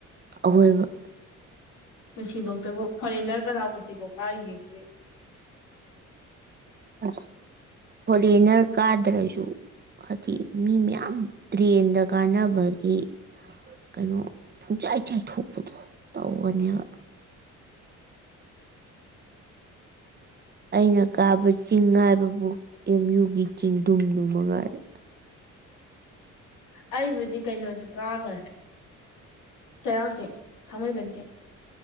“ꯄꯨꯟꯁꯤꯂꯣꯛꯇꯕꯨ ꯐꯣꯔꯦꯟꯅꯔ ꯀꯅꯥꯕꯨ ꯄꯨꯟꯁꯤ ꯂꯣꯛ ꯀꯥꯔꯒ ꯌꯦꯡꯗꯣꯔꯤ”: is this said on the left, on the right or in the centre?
Left